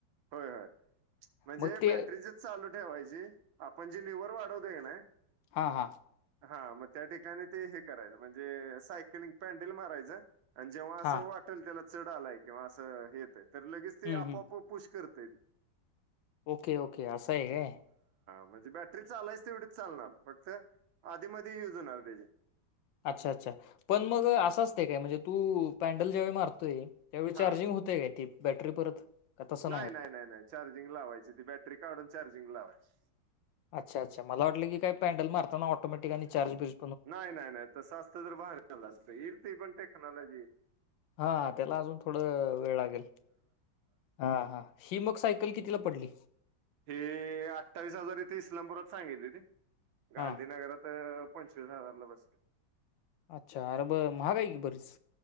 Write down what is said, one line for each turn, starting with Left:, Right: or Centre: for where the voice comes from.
Right: होय होय म्हणजे
Left: मग ते
Right: बॅटरी चालू ठेवायची आपण जी लिव्हल वाढ तय ना.
Left: हा हा.
Right: हा मग त्या ठिकाणी ते हे कराय म्हणजे सायकलिंग पडल मारायच.
Left: हा
Right: जसं वाटल त्याला चढ आलाय किंवा असं हे यतय तर लगेच ते
Left: हम्म
Right: आपोआप
Left: हम्म
Right: पुष करत तेते.
Left: ओके ओके असंये काय?
Right: म्हणजे बॅटरी चालायच तेवढीच चालणार फक्त आधी मध्ये युज होणार त्याची.
Left: अच्छा अच्छा पण मग असं
Right: हा
Left: असतय काय म्हणजे तू पॅन्डल ज्याळी मारतोय. त्यावेळी चार्जिंग
Right: हा
Left: होतेय काय ती बॅटरी परत. का तसं
Right: नाही
Left: होत?
Right: नाही नाही नाही चार्जिंग लावायची ती बॅटरी काढून चार्जिंग लावायची.
Left: अच्छा अच्छा मला वाटलं की काही पॅ्डल मारताना ऑटोमॅटिक आणि चार् बिज
Right: नाही नाही नाही तसं असतं तर बाहेरलं असत येईल त पण टेक्नॉलॉजी येईल.
Left: हा त्याला अजून थोडं वेळ लागेल हा हा. ही मग सायकल कितीला पडली.
Right: हे अठ्ठावीस हजार इथे इस्लामपुरात सांगितली होती गांधीनगरात
Left: हा
Right: पंचवीस हजारला बसेल
Left: अच्छा अर ब महाग आहे की बराच